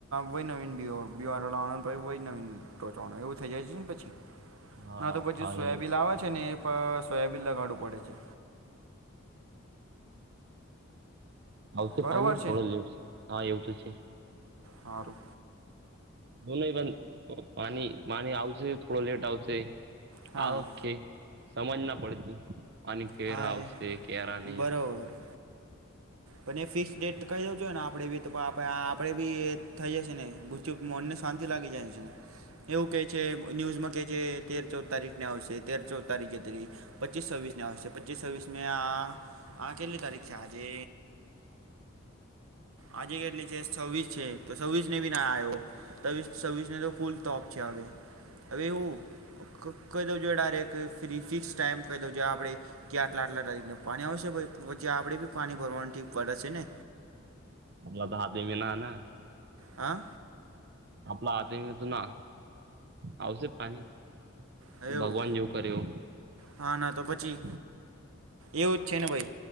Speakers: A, on the right (about 85°); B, on the right (about 50°).
A: વય નવીની ર વી થઈ જાય ને પછી
B: હા
A: ના તો પછી
B: હા
A: સોયાબીન લવા છે ને એ સોયાબીન લગાડું વળે છે
B: આવશે
A: બરોબર
B: પાણી થોડો લેવશે હા એવું તો છે
A: હરું
B: દો નહી પણ પાણી પાણી આવશે થોડો લેટ આવશે
A: હા
B: ઓકે સમજ ના પડતી આની કેરા
A: હા
B: આવશે
A: એ
B: કેરા નહી
A: બરોબર પણ એ ફિક્સ ડેટ કહી દોજો ને આપ આપણેે બી તો આપ આપડે બી એ થઈ જશે ને ગુચ મનને શાંતિ લાગી જાય છેને એવું કે છે ન્યુઝમાં કે જે તેર ચૌદ તારીખ ને આવશે તેર ચૌદ તારીખે પચીસ છવ્વીસ આવશે પચીસ છવ્વીસ મે આ આ કેટલી તારીખ છે આજે આજે કેટલી છે છવ્વીસ છે તો છવ્વીસ ને બી ના આવ્યો ત છવ્વીસને તો ફૂલ ટપ છે હવે હવે એવું કોઈ દ ડક ફ ફિક્સ ટાઈમ કહી દ આપે કે આટલા આટલા દકને પાણી આવશે પછી આપણે પાણી ભરવાનું ઠીક પડે છે ને
B: આપલા તો હાથે મી ના
A: હ
B: આપલા હથે તોું ના આવશે પાણી
A: એવું
B: ભગવાન જેવું કરેવ
A: હા ના તો પછી એવું છે ને ભાઈ